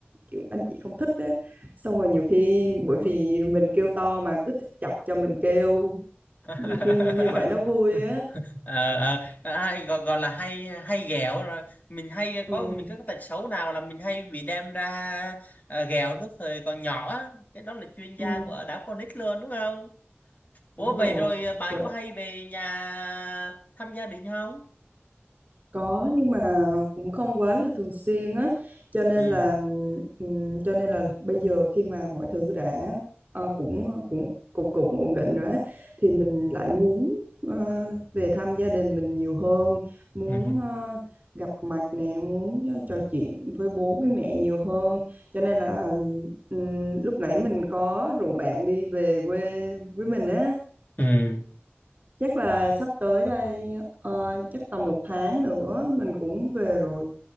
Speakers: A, on the right; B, on the left.
A: kiểu anh chị không thích á xong rồi nhiều khi bởi vì mình kêu to mà cứ thích chọc cho mình kêu
B: <laughs>
A: nhiều khi như vậy nó vui á
B: Ờ, ờ, à, hay gọi, gọi là hay hay ghẹo rồi mình hay
A: ừ,
B: có mình có cái tật xấu nào là mình hay bị đem ra ờ, ghẹo lúc thời còn nhỏ á. cái đó là chuyên gia
A: ừ,
B: của đám con nít luôn đúng không ủa
A: đúng rồi
B: vậy rồi ờ, bạn
A: Trời,
B: có hay về nhà thăm gia đình không
A: Có nhưng mà cũng không quá là thường xuyên á cho nên
B: ừ
A: là ừm, cho nên là bây giờ khi mà mọi thứ đã ờ, cũng cũng cũng cũng ổn định rồi á thì mình lại muốn ờ, về thăm gia đình mình nhiều hơn muốn
B: ừ
A: ờ, gặp mặt nè muốn trò chuyện với bố với mẹ nhiều hơn cho nên là ừm, lúc nãy mình có rủ bạn đi về quê với mình á
B: ừ
A: Chắc là sắp tới đây ờ, chắc tầm một tháng nữa mình cũng về rồi